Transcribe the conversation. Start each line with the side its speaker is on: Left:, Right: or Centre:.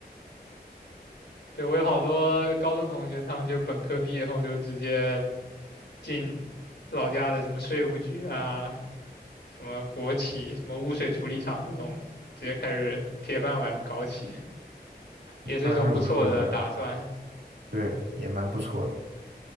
Left: 对，我有好多高中同学，他们就本科毕业后就直接进老家的什么税务局啊，什么国企、什么污水处理厂这种，直接开始铁饭碗搞起，也是一种不错的打算。
Right: 安安稳稳的，对，也蛮不错的。